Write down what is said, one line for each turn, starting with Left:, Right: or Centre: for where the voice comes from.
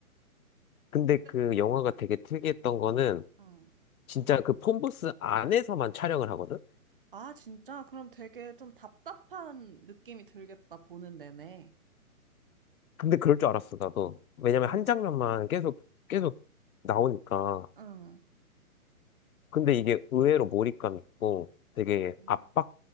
Left: 근데
Right: 어땠어?
Left: 그 영화가 되게 특이했던 거는
Right: 응.
Left: 진짜 그 폰부스 안에서만 촬영을 하거든.
Right: 아, 진짜? 그럼 되게 좀 답답한 느낌이 들겠다, 보는 내내.
Left: 근데 그럴 줄 알았어, 나도. 왜냐면
Right: 응,
Left: 한 장면만 계속, 계속 나오니까.
Right: 응.
Left: 근데 이게 의외로 몰입감 있고 되게
Right: 음.
Left: 압박,